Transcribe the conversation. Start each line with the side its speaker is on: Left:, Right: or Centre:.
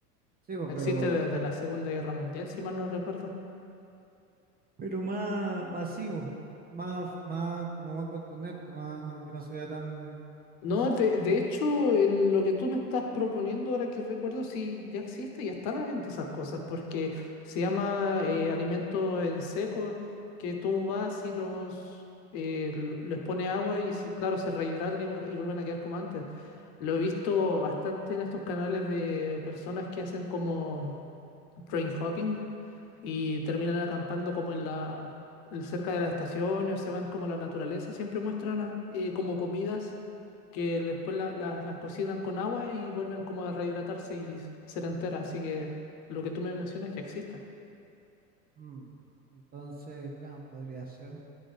Right: Sí, po,
Left: Existe
Right: pero,
Left: desde la Segunda Guerra Mundial, si mal no recuerdo.
Right: pero más masivo, más, más, como más contundente, más que no sea tan,
Left: No,
Right: no sé.
Left: de, de hecho, el- lo que tú me estás proponiendo ahora que recuerdo, sí, ya existe, ya está a la venta esas cosas, porque se llama eh, alimento en seco, que tú vas y los eh, l- les pones agua y se- claro, se rehidratan y, vu- y vuelven a quedar como antes. Lo he visto bastante en estos canales de personas que hacen como train hopping y terminan acampando como en la el- cerca de las estaciones o se van como a la naturaleza. Siempre muestran eh, como comidas que después la- las las cocinan con agua y vuelven como a rehidratarse y ser enteras. Así que lo que tú me mencionas ya existe.
Right: mm. Entonces, ¿qué más podría ser?